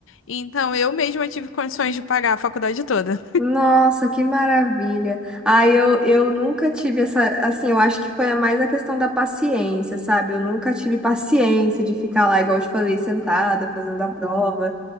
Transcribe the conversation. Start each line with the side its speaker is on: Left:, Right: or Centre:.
Left: então eu mesma tive condições de pagar a faculdade toda.
Centre: Nossa, que maravilha. Ah, eu, eu nunca tive essa, assim, eu acho que foi a mais a questão da paciência, sabe? Eu nunca tive paciência de ficar lá, igual eu te falei, sentada, fazendo a prova.